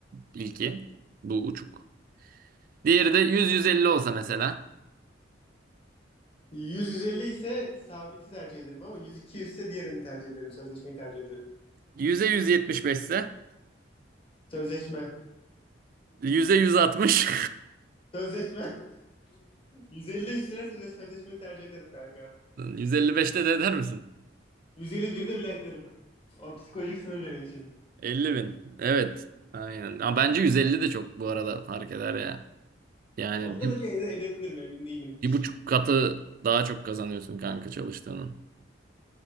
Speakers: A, on the right; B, on the left.
A: ilki. Bu uçuk. Diğeri de 100-150 olsa mesela.
B: Yüz 150 ise sabiti tercih ederim ama 100-200 ise diğerini tercih ederim. Sözleşmeyi tercih ederim.
A: 100'e 175 ise
B: Sözleşme.
A: 100'e 160.
B: Sözleşme. <laughs> 150 üstüne sözle sözleşmeyi tercih ederim kanka.
A: 155'te <laughs> de eder misin?
B: Yüz elli birde bile ederim. O psikolojik sınır benim için.
A: 50 bin. Evet. Aynen. Ama bence 150 de çok bu arada fark eder ya. Yani
B: Onda
A: bir,
B: da bir ede- edebilirim emin değilim.
A: bir buçuk katı daha çok kazanıyorsun kanka çalıştığının.